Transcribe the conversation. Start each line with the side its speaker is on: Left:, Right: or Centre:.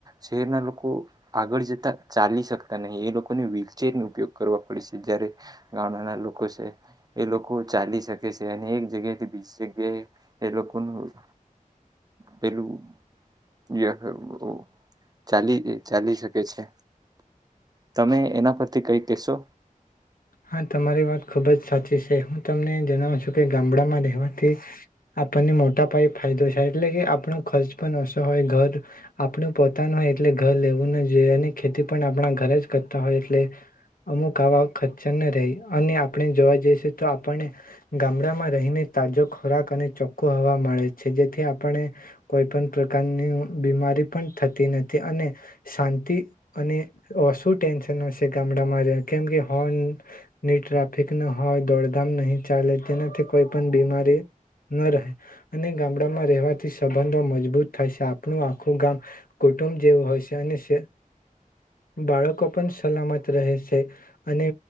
Right: શહેરના લોકો આગળ જતા ચાલી શકતા નહીં. એ લોકોને વ્હીલચેરનો ઉપયોગ કરવા પડે છે, જયારે ગામડાના લોકો છે એ લોકો ચાલી સકે છે, અને એક જગ્યાએથી બીજી જગ્યાએ એ લોકોનું પેલું <unintelligible> ચાલી ચાલી શકે છે. તમે એના પરથી કઈ કેશો?
Left: હા, તમારી વાત ખુબ જ સાચી છે. હું તમને જણાવું છું કે ગામડામાં રહેવાથી આપણને મોટા પાયે ફાયદો થાય, એટલે કે આપણો ખર્ચ પણ ઓછો હોય ઘર આપણું પોતાનું હોય એટલે ઘર લેવું ન જોઈએ અને ખેતી પણ આપણા ઘરે જ કરતા હોય, એટલે અમુક આવા ખર્ચા ન રેય, અને આપણે જોવા જઈશું તો આપણને ગામડામાં રહીને તાજો ખોરાક અને ચોખ્ખો હવા મળે છે. જેથી આપણે કોઈ પણ પ્રકારની બીમારી પણ થતી નથી, અને શાંતિ અને ઓસુ ટેન્શન હશે ગામડામાં રહે, કેમ કે હોર્ન ને ટ્રાફિક ના હોય, દોડધામ નહીં ચાલે, તેનાથી કોઈ પણ બીમારી ન રહે. અને ગામડામાં રહેવાથી સંબંધો મજબૂત થાય છે. આપણું આખું ગામ કુટુંબ જેવું હોય છે. અને સે બાળકો પણ સલામત રહે છે. અને